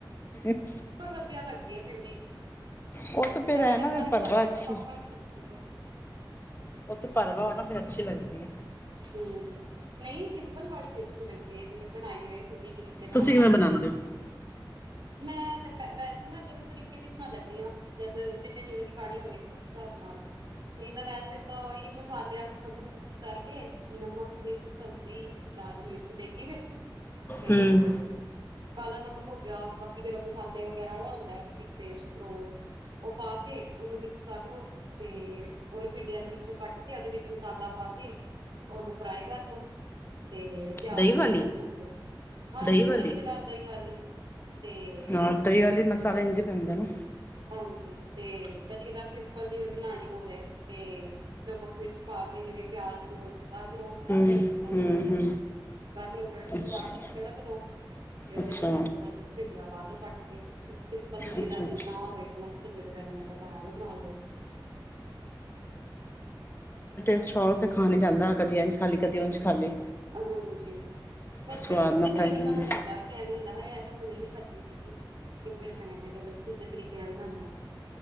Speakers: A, on the left; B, on the right.
A: <inaudible>
B: ਸਾਨੂੰ ਵਧੀਆ ਲੱਗਦੀ ਏ ਭਿੰਡੀ।
A: ਉਹ ਤਾਂ ਫਿਰ
B: ਸਾਡੇ
A: ਹੈ
B: ਘਰ
A: ਨਾ
B: ਸਾਰੇ
A: ਫਿਰ ਭਰਵਾ
B: ਖਾ ਲੈਂਦੇ
A: ਅੱਛੀ
B: ਨੇ, ਪਾਪਾ ਈ ਨਹੀਂ ਖਾਂਦੇ ਬਸ।
A: ਉਹ ਤੇ ਭਰਵਾ ਹੋ ਨਾ ਤੇ ਅੱਛੀ ਲੱਗਦੀ ਐ।
B: ਹੁੰ, ਨਹੀਂ ਸਿੰਪਲ ਵਾਲੀ ਵੀ ਅੱਛੀ ਲੱਗਦੀ ਏ, ਜਿਵੇਂ ਬਣਾਈ ਹੋਏ। ਚੰਗੇ ਤਰੀਕੇ ਨਾਲ।
A: ਤੁਸੀਂ ਕਿਵੇਂ ਬਣਾਉਂਦੇ ਹੋ
B: ਮੈਂ <unintelligible> ਮੈਂ ਦੋਨੋ ਤਰੀਕੇ ਦੀ ਬਨਾ ਲੈਂਦੀ ਆਂ। ਜਦ ਜਿੰਨੇ ਜਿਵੇਂ ਦੀ ਖਾਣੀ ਹੋਵੇ, ਉਸ ਹਿਸਾਬ ਨਾਲ। ਨਈ ਤਾਂ ਵੈਸੇ ਤਾਂ ਉਹੀ ਮਸਾਲਿਆਂ ਨੂੰ ਸਭ ਨੂੰ ਮਿਕਸ ਕਰਕੇ ਨਮਕ ਮਿਰਚ, ਹਲਦੀ, ਲਾਲ ਮਿਰਚ, ਦੇਗੀ ਮਿਰਚ ਤੇ
A: ਹੂੰ
B: ਕਾਲਾ ਨਮਕ ਹੋ ਗਿਆ ਬਾਕੀ ਗਰਮ ਮਸਾਲੇ ਵਗੈਰਾ ਵਾ ਏ ਇੱਕ ਪੇਸਟ ਉਹ ਉਹ ਪਾ ਕੇ ਓਨੂੰ ਮਿਕਸ ਕਰ ਲੋ ਤੇ ਉਹੀ ਭਿੰਡੀਆਂ ਨੂੰ ਵਿੱਚੋਂ ਕੱਟ ਕੇ ਉਹਦੇ ਵਿੱਚ ਮਸਾਲਾ ਪਾ ਕੇ ਓਨੂੰ ਫਰਾਈ ਕਰ ਲੋ। ਤੇ ਪਿਆਜ
A: ਦਹੀਂ
B: ਨਾਲ
A: ਵਾਲੀ
B: ਓਨੂੰ ਭੁੰਨ ਲੋ, ਹਾਂਜੀ
A: ਦਹੀਂ ਵਾਲੀ
B: ਕਦੀ ਕਧਾਰ ਦਈਂ ਵਾਲੀ ਤੇ
A: ਹਾਂ ਦਹੀਂ ਵਾਲੇ ਮਸਾਲੇ ਇੰਝ ਪੈਂਦੇ ਨਾ
B: ਹਾਂਜੀ ਤੇ ਕਦੀ ਕਰਾਰ ਭਿੰ ਹਲਦੀ ਵੀ ਬਣਾਣੀ ਬੋਵੇ। ਤੇ ਨਮਕ ਮਿਰਚ ਪਾ ਕੇ ਜਿਵੇਂ ਪਿਆਜ ਨੂੰ ਕਰ ਲੋ,
A: ਹੂੰ
B: ਉਹਨੂੰ
A: ਹੂੰ ਹੂੰ
B: ਕਰ ਲੋ ਰੜਕ ਤ
A: ਅੱਛਾ
B: ਤੜਕ ਲੋ ਤੇ ਉਹਦੇ
A: ਅੱਛਾ
B: ਵਿੱਚੋ ਬਸ ਪਾ ਦੋ ਕੱਟ ਕੇ ਇੱਕ ਸਿੰਪਲ ਕਦੀ
A: ਅੱਛਾ
B: ਕਰਾਰ
A: ਹੂੰ
B: ਜਿਵੇਂ
A: ਅੱਛਾ।
B: ਨਾ ਹੋਵੇ। ਨਾ ਝੰਜਟ ਕਰਨੇ ਦਾ ਘਾਰ ਬਣਾਵੋ।
A: ਸਟੋਲ ਤੇ ਖਾਣ ਜਾਂਦਾ ਕਦੇ ਐਂਜ ਖਾਲੀ ਕਦੀ ਉਂਝ
B: ਹਾਂਜੀ,
A: ਖਾਲੀ
B: ਹਾਂਜੀ, ਬਸ
A: ਸਵਾਦ
B: ਫਿਰ
A: ਨਾ
B: ਖੁੱਦ ਦਾ
A: ਪੈ
B: ਹੀ ਨੀਂ
A: ਜਾਂਦੇ
B: ਮਨ ਕਰਦਾ ਕਿ ਐਵੇਂ ਹੁੰਦਾ ਐ। ਏ ਤਾਂ ਹੁੰਦਾ ਨ੍ਹੀਂ <inaudible> ਇਕ ਦਿ ਮੈਂ ਕਿਆ ਚਲੋ ਦੂਜੇ ਤਰੀਕੇ ਨਾਲ ਬਣਾਣੇ ਆਂ।